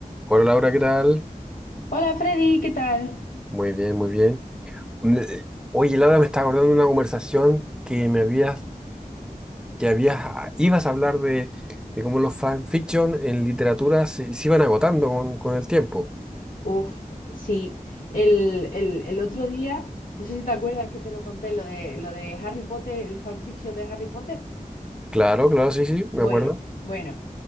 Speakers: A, in the centre; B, on the left.
A: Hola Laura, ¿qué tal?
B: Hola Freddy, ¿qué tal?
A: Muy bien, muy bien. Me- Oye, Laura, me está acordando de una conversación que me habías, que habías, ah, ibas a hablar de, de cómo los fanfiction en literatura se, se iban agotando con, con el tiempo.
B: Uf, sí, el, el- el otro día, no sé si te acuerdas que te lo conté, lo de, lo de Harry Potter, el fanfiction de Harry Potter.
A: Claro, claro, sí, sí, me
B: Bueno,
A: acuerdo.
B: bueno,